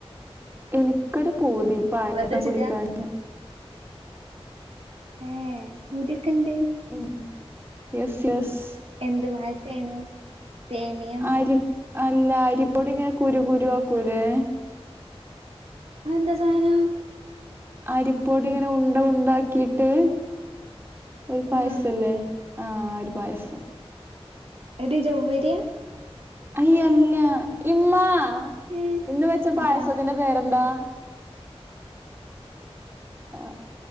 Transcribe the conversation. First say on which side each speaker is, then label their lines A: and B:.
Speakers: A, on the right (about 20°); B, on the right (about 70°).
A: ഇനിക്കൊരു പൂതി പായസം
B: വെറുതെ ച്ച്ക്കാ
A: കുടിക്കാന്
B: ഏഹ് പൂത്യൊക്കെണ്ട്
A: ഉം യെസ് യെസ്
B: എന്ത് പയസേനു സേമിയം
A: അരി അല്ല അരിപ്പൊടി ഇങ്ങനെ കുരു കുരു ആക്കൂലേ
B: അ എന്താ സാനം
A: അരിപ്പൊടി ഇങ്ങനെ ഉണ്ട ഉണ്ടാക്കീട്ട് ഒര് പായ്സല്ലേ
B: ആഹ്
A: ആഹ് ഒരു പായ്സം
B: എടീ ജൗവ്വെര്യാ
A: അയ് അല്ല ഇമ്മാ
B: ഏഹ്
A: ഇന്ന് വെച്ച പായസത്തിന്റെ
B: അതാ
A: പേരെന്താ ആഹ്